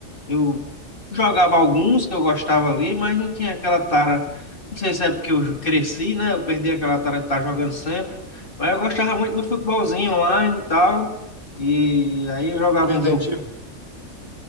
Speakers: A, on the left; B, on the right.
A: eu jogava alguns que eu gostava ali, mas não tinha aquela tara. Não sei se é porque eu cresci, né? Eu perdi aquela tara de estar jogando sempre. Mas eu gostava muito do futebolzinho online e tal. E aí eu jogava
B: E do Resident
A: um jogo
B: Evil.